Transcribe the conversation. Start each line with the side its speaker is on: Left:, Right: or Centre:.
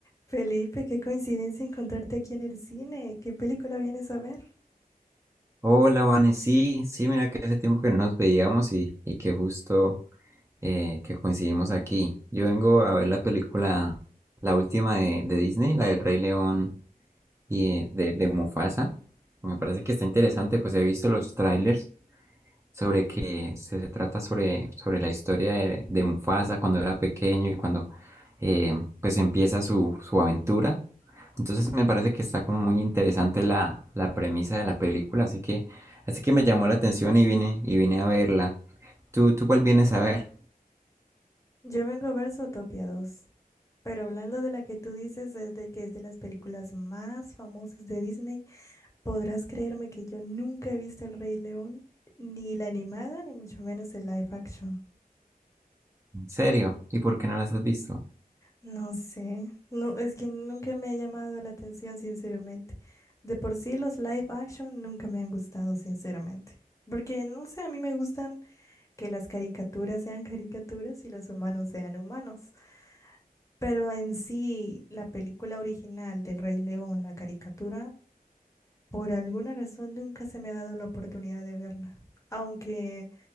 Left: Felipe, qué coincidencia encontrarte aquí en el cine. ¿Qué película vienes a ver?
Right: Hola, Vane. Sí, sí, mira que hace tiempo que no nos veíamos y, y que justo eh, que coincidimos aquí. Yo vengo a ver la película, la última de, de Disney, la del Rey León y eh, de, de Mufasa. Me parece que está interesante, pues he visto los trailers sobre que se, se trata sobre, sobre la historia de, de Mufasa cuando era pequeño y cuando eh, pues empieza su, su aventura. Entonces me parece que está como muy interesante la, la premisa de la película, así que, así que me llamó la atención y vine, y vine a verla. ¿Tú, tú cuál vienes a ver?
Left: Yo vengo a ver Zootopia 2, pero hablando de la que tú dices es de que es de las películas más famosas de Disney, podrás creerme que yo nunca he visto El Rey León, ni la animada, ni mucho menos el live action.
Right: ¿En serio? ¿Y por qué no las has visto?
Left: No sé, no, es que nunca me ha llamado la atención, sinceramente. De por sí los live action nunca me han gustado, sinceramente. Porque, no sé, a mí me gustan que las caricaturas sean caricaturas y los humanos sean humanos. Pero en sí, la película original del Rey León, la caricatura, por alguna razón nunca se me ha dado la oportunidad de verla. Aunque